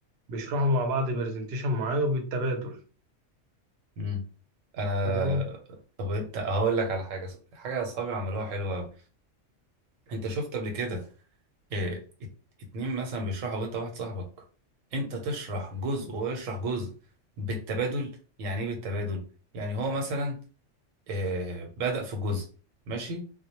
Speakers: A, on the right; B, on the right.
A: بيشرحوا مع بعض برزنتيشن معين وبالتبادل
B: مم. انا
A: فاهم؟
B: طب انت هقول لك على حاجه حاجه اصحابي عملوها حلوه أوي. انت شفت قبل كده إيه ات- اتنين مثلا بيشرحوا وانت واحد صاحبك انت تشرح جزء وهو يشرح جزء بالتبادل يعني ايه بالتبادل يعني هو مثلا إيه بدأ في جزء ماشي